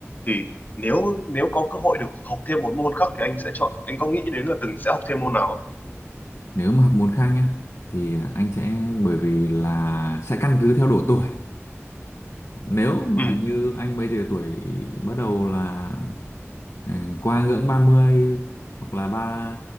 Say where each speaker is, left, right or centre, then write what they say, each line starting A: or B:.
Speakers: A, on the left (about 35°); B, on the left (about 70°).
A: thì nếu nếu có cơ hội được học thêm một môn khác thì anh sẽ chọn anh có nghĩ đến là từng sẽ học thêm môn nào không?
B: nếu mà học môn khác nhá thì anh sẽ bởi vì là sẽ căn cứ theo độ tuổi nếu mà
A: Ừ,
B: như anh bây giờ tuổi bắt đầu là ừ, qua ngưỡng ba mươi hoặc là ba